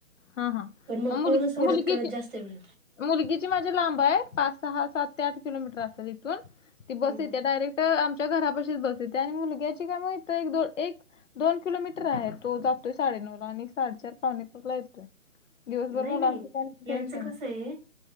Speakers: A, on the left; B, on the right.
A: हां हां
B: पण मग
A: मुलगी
B: पोरं सोडत
A: मुलगीची
B: करत जास्त वेळ
A: मुलगीची माझी लांब आहे पाच सहा सात ते आठ किलोमीटर असेल इथून ती बस
B: हं,
A: येते
B: हं.
A: डायरेक् ट आमच्या घरापाशीच बस येते आणि मुलग्याची काय माहित एक दोन एक दोन किलोमीटर आहे तो जातोय साडेनऊ ला आणि साडेचार पाउणे पाचला येतोय. दिवसभर
B: नाही
A: मुलांचं
B: नाही
A: काय टेन्शन
B: यांचं कस
A: नाही
B: आहे?